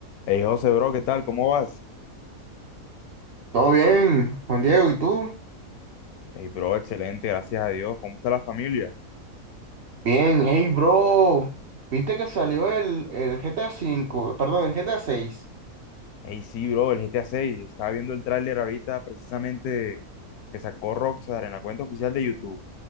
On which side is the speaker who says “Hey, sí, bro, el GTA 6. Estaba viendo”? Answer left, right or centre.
Left